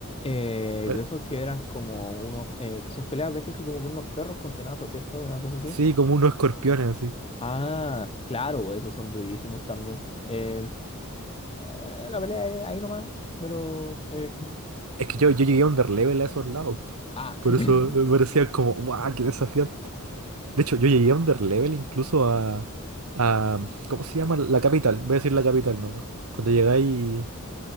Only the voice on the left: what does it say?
Eh,
de esos que eran como unos, eh, que son peleas de jefe como con unos perros con tenazas, ¿cierto? Una cosa así.
Ah, claro, esos son durísimos también. Eh, eh, la pelea es ahí nomás, pero... eh, <laughs>
Ah,
<laughs>